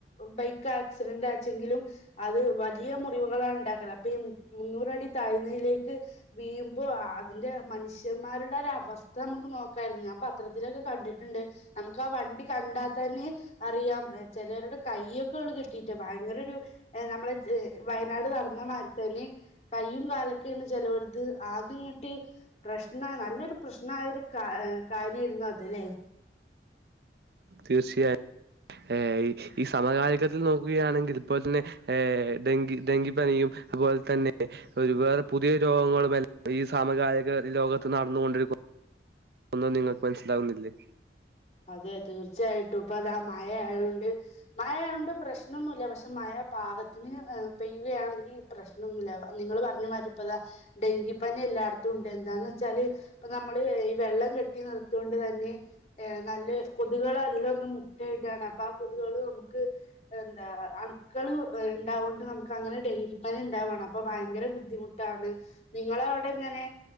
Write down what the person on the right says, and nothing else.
തീർച്ചയായും ഏഹ് ഈ സമകാലികത്തിൽ നോക്കുകയാണെങ്കി ഇപ്പൊ തന്നെ ഏഹ് ഡെങ്കി ഡെങ്കിപ്പനി അതുപോൽതന്നെ ഒരു വേറെ പുതിയ രോഗങ്ങളു എല്ലാം ഈ സാമകാലിക ലോകത്ത് നടന്നോണ്ടിരിക്കു ഒന്നും നിങ്ങക്ക് മനസ്സിലാകുന്നില്ലെ